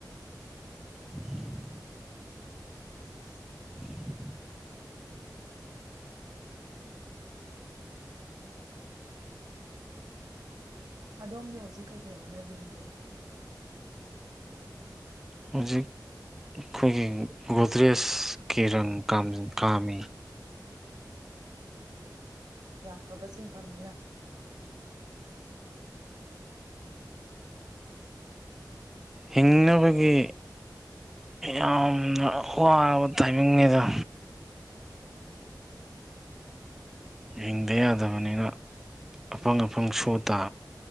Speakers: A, in the centre; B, on the right.
A: <unintelligible>
B: <unintelligible>
A: ꯎꯝ
B: ꯑꯗꯣꯝꯗꯤ ꯍꯧꯖꯤꯛ ꯀꯩꯀꯩ ꯍꯣꯠꯅꯕꯤꯔꯤꯒꯦ
A: ꯍꯧꯖꯤꯛ ꯑꯩꯈꯣꯏꯒꯤ ꯒꯣꯗ꯭ꯔꯦꯖ ꯀꯤꯔꯪ ꯀꯥꯃꯤ <unintelligible>
B: ꯌꯥꯝ ꯐꯕ ꯁꯤꯟꯐꯝꯅꯤꯅ
A: ꯍꯤꯡꯅꯕꯒꯤ ꯑ ꯍ <unintelligible> ꯇꯥꯏꯃꯤꯡꯗ ꯍꯤꯡꯗ ꯌꯥꯗꯕꯅꯤꯅ ꯑꯐꯪ ꯑꯐꯪ ꯁꯣ ꯇꯥ